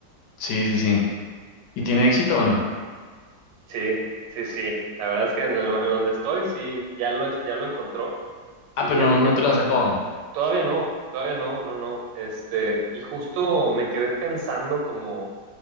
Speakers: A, on the left; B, on the right.
A: sí, sí, sí. ¿Y tiene éxito o no?
B: Sí, sí, sí. La verdad es que en, el- en donde estoy, sí, ya lo, ya lo encontró.
A: Ah,
B: Y
A: pero
B: fíjate
A: no,
B: que
A: no te lo has acabado.
B: todavía no, todavía no, no, no. Este, y justo me quedé pensando como